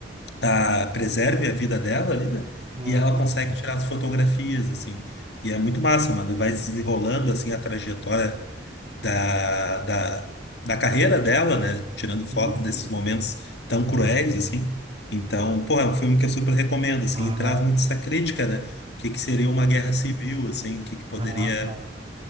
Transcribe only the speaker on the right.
Aham,
Sim,
sim.
Ah,
ah, tá.